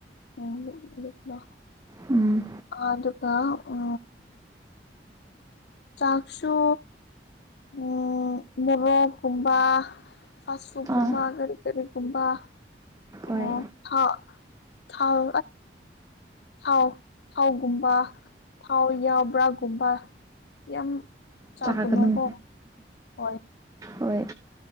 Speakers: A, on the left; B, on the right.
A: ꯎꯝꯂ
B: ꯎꯝ
A: ꯑꯗꯨꯀ ꯎ ꯆꯥꯛꯁꯨ ꯎ ꯃꯣꯔꯣꯛꯀꯨꯝꯕ ꯐꯨ
B: ꯑꯥ
A: ꯀꯨꯝꯕ ꯀꯔꯤ ꯀꯔꯤꯒꯨꯝꯕ
B: ꯍꯣꯏ
A: ꯑꯣ ꯍ ꯊꯥꯎ ꯊꯥꯎ ꯊꯥꯎꯒꯨꯝꯕ ꯊꯥꯎ ꯌꯥꯎꯕ꯭ꯔꯥꯒꯨꯝꯕ ꯌꯥꯝ ꯆꯥꯒꯨꯅꯨꯀꯣ
B: ꯆꯥꯒꯅꯨ
A: ꯍꯣꯏ
B: ꯍꯣꯏ